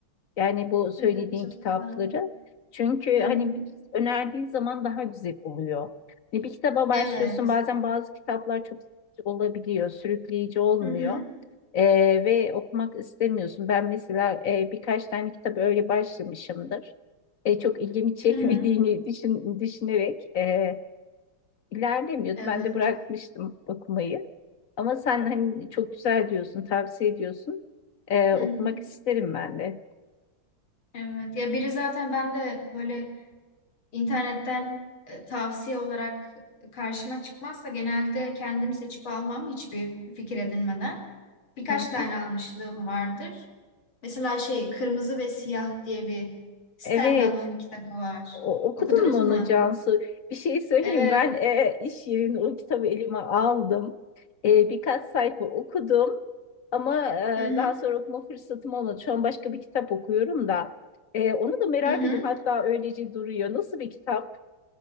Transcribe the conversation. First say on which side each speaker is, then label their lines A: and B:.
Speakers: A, on the left (about 55°); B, on the left (about 80°).
A: Yani bu söylediğin
B: Evet çok
A: kitapları.
B: güzel.
A: Çünkü
B: Hı hı.
A: hani önerdiği zaman daha güzel oluyor. Hani bir kitaba başlıyorsun
B: Evet.
A: bazen bazı kitaplar çok sıkıcı olabiliyor, sürükleyici olmuyor.
B: Hı hı.
A: Ee, ve okumak istemiyorsun. Ben mesela e, birkaç tane kitap öyle başlamışımdır. E, çok ilgimi <laughs> çekmediğini
B: Hı hı.
A: düşün, düşünerek e, ilerlemiyordu.
B: Evet.
A: Ben de bırakmıştım okumayı. Ama sen hani çok güzel diyorsun, tavsiye ediyorsun. E,
B: Hı
A: okumak
B: hı.
A: isterim ben de.
B: Evet. Ya biri zaten ben de böyle İnternetten e, tavsiye olarak karşıma çıkmazsa genelde kendim seçip almam hiçbir fikir edinmeden. Birkaç
A: Hı hı.
B: tane almışlığım vardır. Mesela şey Kırmızı ve Siyah diye bir standalone
A: Evet,
B: bir kitabı var.
A: o- okudun
B: Okudunuz
A: mu onu
B: mu?
A: Cansu? Bir şey söyleyeyim.
B: Evet.
A: Ben e, iş yerinde o kitabı elime aldım. E, birkaç sayfa okudum. Ama e,
B: Hı hı.
A: daha sonra okuma fırsatım olmadı. Şu an başka bir kitap okuyorum da. E, onu da merak
B: Hı hı.
A: ediyorum. Hatta öylece duruyor. Nasıl bir kitap?